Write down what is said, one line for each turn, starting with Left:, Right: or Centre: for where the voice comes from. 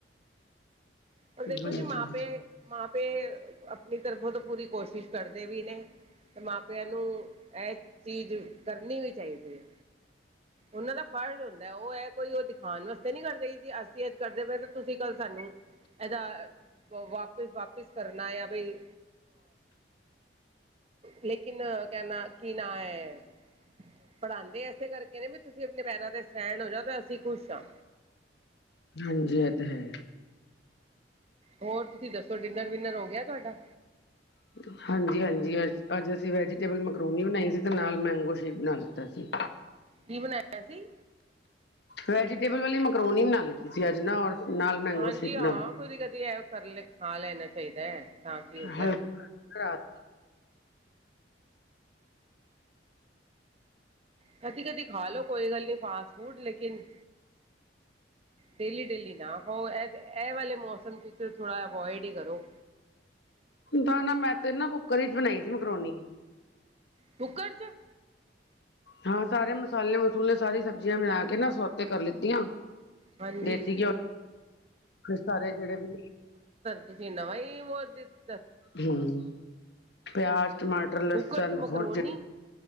Right: ਪਰ ਦੇਖੋ
Left: ਹਾਂਜੀ
Right: ਜੀ ਮਾਂਪੇ-ਮਾਂਪੇ ਅਪਨੀ ਤਰਫ਼ੋ ਤੋ ਪੂਰੀ ਕੋਸ਼ਿਸ਼ ਕਰਦੇ ਵੀ ਨੇ। ਤੇ ਮਾਂ-ਪੇਯਾ ਨੂੰ, ਐ ਚੀਜ਼ ਕਰਨੀ ਵੀ ਚਾਈਦੀ ਏ। ਓਨਾਂ ਦਾ ਫ਼ਰਜ਼ ਓਂਦੈ, ਓ ਐ ਕੋਈ ਓ ਦਿਖਾਨ ਵਸਤੇ ਨੀ ਕਰਦੇ ਕਿ ਅਸੀ ਆੱਜ ਕਰਦੇ ਪਏ ਆ ਤੇ ਤੁਸੀ ਕਾੱਲ ਸਾਨੂੰ ਏਦਾ ਵਾਪਿਸ ਵਾਪਿਸ ਕਰਨਾ ਐ ਬਈ। ਲੇਕਿਨ ਕਹਿਣਾ ਕੀ ਨਾ ਅ ਪੜਾਂਦੇ ਇਸੇ ਕਰਕੇ ਨੇ ਵੀ ਤੁਸੀਂ ਆਪਣੇ ਪੈਰਾਂ ਤੇ ਸਟੈਂਡ ਹੋ ਜਾਓ, ਤੇ ਅਸੀਂ ਖੁਸ਼ ਹਾਂ।
Left: ਹਾਂਜੀ ਇਹ ਤਾਂ ਹੈ।
Right: ਹੋਰ ਤੁਸੀਂ ਦੱਸੋ ਡਿਨਰ ਵਿਨਰ ਹੋ ਗਿਆ ਤੁਹਾਡਾ?
Left: <unintelligible> ਹਾਂਜੀ ਹਾਂਜੀ, ਅੱਜ ਅਸੀਂ ਵੈਜੀਟੇਬਲ ਮਕਰੂਨੀ ਬਣਾਈ ਸੀ ਅਤੇ ਨਾਲ ਮੈਂਗੋ ਸ਼ੇਪ ਬਣਾ ਲੀਤਾ ਸੀ।
Right: ਕੀ ਬਣਾਇਆ ਸੀ।
Left: ਵੈਜੀਟੇਬਲ ਵਾਲੀ ਮਕਰੋਨੀ ਬਣਾ ਲੀਤੇ ਸੀ ਅਜ ਨਾ ਔਰ। ਨਾਲ ਮੈਂਗੋ
Right: ਹਾਂਜੀ
Left: ਸ਼ੇਕ
Right: ਹਾਂ
Left: ਨਾਲ
Right: ਕਦੀ ਕਦੀ ਇਹ ਕਰਕੇ ਖਾ ਲੈਣਾ ਚਾਹੀਦਾ ਹੈ। ਤਾਂ ਕੀ ਹੋ ਗਿਆ
Left: ਹਲਕਾ ਕਰ।
Right: ਕਦੀ ਕਦੀ ਖਾ ਲੋ ਕੋਈ ਗੱਲ ਨੀ ਫਾਸਟ ਫੂਡ ਲੇਕਿਨ। ਡੇਲੀ ਡੇਲੀ ਨਾ ਖਾਓ ਇਹ ਵਾਲੇ ਮੌਸਮ ਚ ਥੋੜਾ ਅਵੋਇਡ ਹੀ ਕਰੋ।
Left: ਤਾਂ ਨਾ ਮੈਂ ਤੇ ਨਾ ਕੁੱਕਰ ਚ ਬਣਾਈ ਸੀ ਮਕਰੋਨੀ।
Right: ਕੁੱਕਰ ਚ।
Left: ਹਾਂ ਸਾਰੇ ਮਸਾਲੇ- ਮਸੂਲੇ ਸਾਰੀ ਸਬਜ਼ੀਆਂ ਬਨਾ ਕੇ ਨਾ ਸੋਤੇ ਕਰ ਲੇਤੀ ਆਂ।
Right: ਹਾਂਜੀ
Left: ਦੇਸੀ ਘਿਓ ਫਿਰ ਸਾਰੇ ਜਿਹੜੇ ਵੀ
Right: ਤੁਸੀ ਨਵਾਂ ਈ <unintelligible>
Left: ਹੂੰ! ਪਿਆਜ਼, ਟਮਾਟ ਲਸਣ
Right: ਕੁੱਕਰ ਚ ਮਕਰੋਨੀ
Left: ਹੋਰ